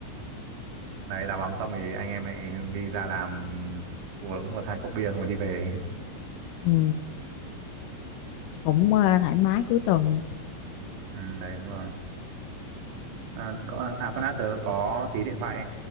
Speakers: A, on the right; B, on the left.
A: Đấy, đá bóng xong thì anh em mẹ đi ra làm uống một hai cốc bia xong rồi đi về. <laughs>
B: ừ, cũng ờ, thoải mái cuối tuần.
A: Ừ, đấy đúng rồi. À, có, à con đã tớ có tí điện thoại